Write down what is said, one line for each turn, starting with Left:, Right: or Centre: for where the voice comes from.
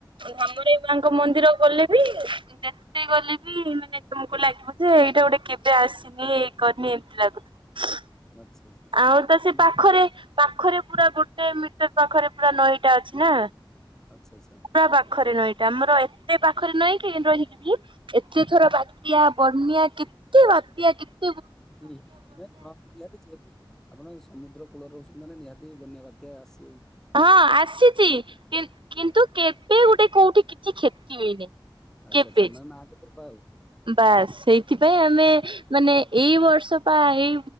Right: ଧାମରେ ମାଙ୍କ ମନ୍ଦିର ଗଲେ ବି ମୋତେ ଗଲେ ବି ମାନେ ତୁମକୁ ଲାଗିବ ଯେ ଏଇଟା ଗୋଟେ କେବେ ଆସିନି ଏଇ କରିନି ଏମିତି ଲାଗୁଥିବ।
Centre: ଆଚ୍ଛା ଆଚ୍ଛା
Right: ଆଉ ତ ସେ
Centre: ଆମର
Right: ପାଖରେ ପାଖରେ ପୁରା ଗୋଟେ ମିଟର ପାଖରେ ପୁରା ନଈଟା ଅଛି ନା
Centre: ଆଚ୍ଛା ଆଚ୍ଛା
Right: ପୁରା ପାଖରେ ନଈଟା ଆମର ସେ ପାଖରେ ନାହିଁକି ରହିକିବି ଏତେ ଥର ବାତ୍ୟା ବନ୍ୟା କେତେ ବାତ୍ୟା କେ
Centre: ହୁଁ ହ ନାଇଁ ହଁ ନିହାତି ନିହାତି। ଆପଣ ସମୁଦ୍ର କୂଳରେ ରହୁଛନ୍ତି ମାନେ ନିହାତି ବନ୍ୟା ବାତ୍ୟା ଆସ
Right: ହଁ ଆସିଛି କିନ୍ତୁ କେବେ ଗୋଟେ କୋଉଠି କିଛି କ୍ଷତି ହେଇନି।
Centre: ଆଚ୍ଛା
Right: କେବେ।
Centre: ଆଚ୍ଛା ମାନେ ମାଆ ଙ୍କ କୃପା ଆଉ।
Right: ବାସ୍ ସେଇଥିପାଇଁ ଆମେ ମାନେ ଏଇ ବର୍ଷ ବା ଏଇ